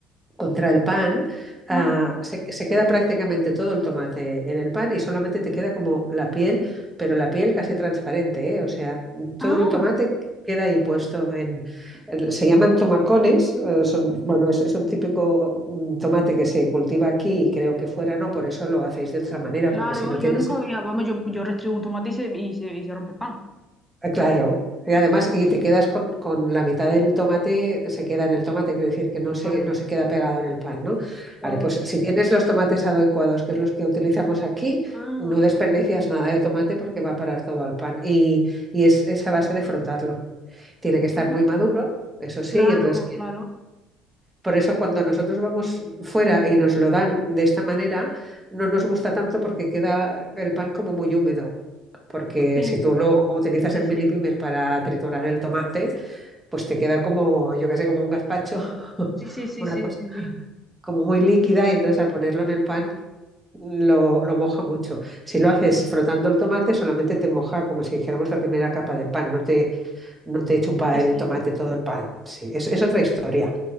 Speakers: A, on the right; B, in the centre.
A: contra el pan, ah,
B: ah,
A: se, se queda prácticamente todo el tomate en el pan y solamente te queda como la piel, pero la piel casi transparente, ¿eh? O sea, todo
B: ah,
A: el tomate queda ahí puesto en... Se llaman tomacones, eh, son, bueno, es, es un típico mm, tomate que se cultiva aquí y creo que fuera no, por eso lo hacéis de otra manera,
B: claro,
A: porque si no
B: yo
A: tienes
B: nunca había, vamos, yo, yo restriego un tomate y se, y se, y se rompe el pan,
A: Ah, Claro, y además, y te quedas con, con la mitad del tomate, se queda en el tomate, quiere decir que no se,
B: claro,
A: no se queda pegado en el pan, ¿no?
B: claro,
A: Vale, pues si tienes los tomates adecuados, que es los que utilizamos aquí,
B: ah,
A: no desperdicias nada de tomate porque va a parar todo al pan. Y, y es esa base de frotarlo. Tiene que estar
B: ah,
A: muy maduro, eso sí,
B: claro,
A: entonces, que-
B: claro,
A: por eso cuando nosotros vamos fuera y nos lo dan de esta manera, no nos gusta tanto porque queda el pan como muy húmedo. Porque
B: sí,
A: si tú lo utilizas
B: sí,
A: el
B: sí,
A: mini primer para triturar el tomate, pues te queda como, yo qué sé, como un gazpacho, <laughs>
B: sí, sí, sí,
A: una
B: sí,
A: cosa
B: sí, sí,
A: como muy líquida y entonces al ponerlo en el pan mm, lo, lo moja mucho. Si lo haces frotando el tomate, solamente te moja como si dijéramos la primera capa del pan, no te, no te chupa
B: sí,
A: el
B: sí,
A: tomate todo el pan. Sí, es, es otra historia.